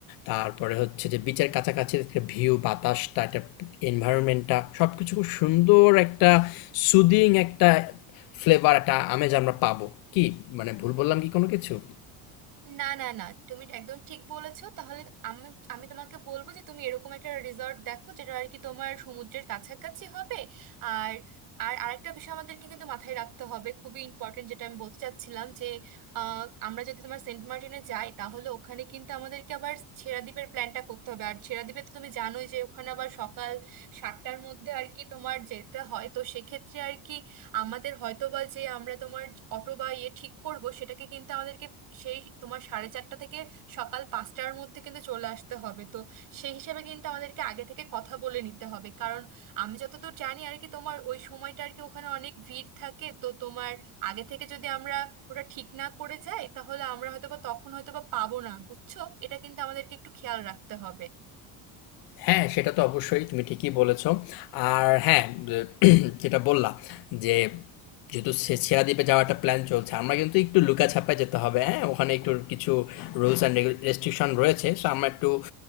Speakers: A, on the left; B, on the right.
A: তারপরে হচ্ছে যে বিচের কাছাকাছি একটা ভিউ বাতাসটা একটা এনভায়রনমেন্টটা সবকিছু খুব সুন্দর একটা সুদিং একটা ফ্লেভার একটা আমেজ আমরা পাবো কি মানে ভুল বললাম কি কোনো কিছু
B: না না না তুমি একদম ঠিক বলেছো তাহলে আমি আমি তোমাকে বলবো যে তুমি এরকম একটা রিসর্ট দেখো যেটা আর কি তোমার সমুদ্রের কাছাকাছি হবে আর আর আরেকটা বিষয় আমাদেরকে কিন্তু মাথায় রাখতে হবে খুবই ইম্পর্টেন্ট যেটা আমি বলতে চাচ্ছিলাম যে আহ, আমরা যদি তোমার সেন্ট মার্টিনে যাই তাহলে ওখানে কিন্তু আমাদেরকে আবার ছেড়া দ্বীপের প্ল্যানটা করতে হবে আর ছেড়া দ্বীপে তো তুমি জানোই যে ওখানে আবার সকাল সাতটার মধ্যে আর কি তোমার যেতে হয় তো সেক্ষেত্রে আর কি আমাদের হয়তো বা যে আমরা তোমার অটো বা ইয়ে ঠিক করব সেটাকে কিন্তু আমাদেরকে সেই তোমার সাড়ে চারটা থেকে সকাল পাঁচটার মধ্যে কিন্তু চলে আসতে হবে তো সেই হিসেবে কিন্তু আমাদেরকে আগে থেকে কথা বলে নিতে হবে কারণ আমি যতদূর জানি আর কি তোমার ওই সময়টা আর কি ওখানে অনেক ভিড় থাকে তো তোমার আগে থেকে যদি আমরা ওটা ঠিক না করে যাই তাহলে আমরা হয়তো বা তখন হয়তো বা পাবো না বুঝছো এটা কিন্তু আমাদেরকে একটু খেয়াল রাখতে হবে
A: হ্যাঁ, সেটা তো অবশ্যই তুমি ঠিকই বলেছ। আর হ্যাঁ, <clears throat> যে যেটা বললা যে যেহেতু সে সেরা দ্বীপে যাওয়ার একটা প্ল্যান চলছে, আমরা কিন্তু একটু লুকাছাপায় যেতে হবে, হ্যাঁ? ওখানে একটু কিছু রুলস অ্যান্ড রেস্ট্রিকশন রয়েছে। সো আমরা একটু